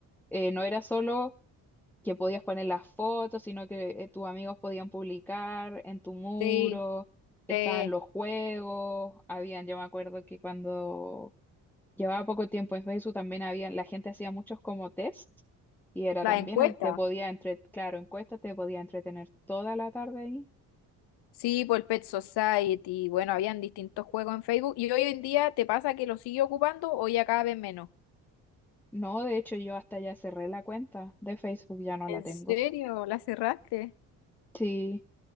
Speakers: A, in the centre; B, on the left.
A: eh, no era solo que podías poner las fotos, sino que eh, tus amigos podían publicar en tu muro,
B: Sí,
A: estaban
B: sí,
A: los juegos, habían, yo me acuerdo que cuando llevaba poco tiempo en Facebook también había, la gente hacía muchos como test y era
B: las
A: también,
B: encuestas.
A: en- te podía entre, claro, encuestas, te podía entretener toda la tarde ahí.
B: Sí, por Pet Society. Bueno, habían distintos juegos en Facebook. ¿Y hoy en día te pasa que lo sigue ocupando o ya cada vez menos?
A: No, de hecho yo hasta ya cerré la cuenta de Facebook, ya no
B: ¿En
A: la tengo.
B: serio? ¿La cerraste?
A: Sí,